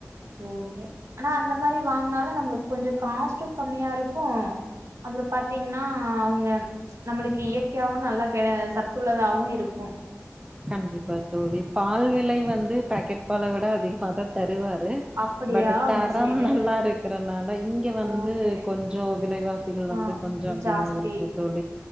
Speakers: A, on the right; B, on the right.
A: ஓகே அஆனா அந்த மாரி வாங்னால நம்ளு கொஞ்சோ காஸ்ட்டு கம்மியா இருக்கு அப்பற பாத்தீங்கன்னா அவுங்க நம்ளுக்கு இயற்கையாவு நல்லா சத்துள்ளதாவு இருக்கு
B: கண்டிப்பா தோழி பால் விலை வந்து பாக்கெட் பல விட அதிகமா தா தருவா அது
A: அப்படியா
B: பட் தரம்
A: உங்க சைடு?
B: நல்லா இருக்கறனால இங்க வந்து
A: ஓகே.
B: கொஞ்ச விலைவாசிகள்
A: ஆ
B: வந்து கொஞ்ச அப்டிதா
A: ஜாஸ்தி.
B: இருக்கு தோழி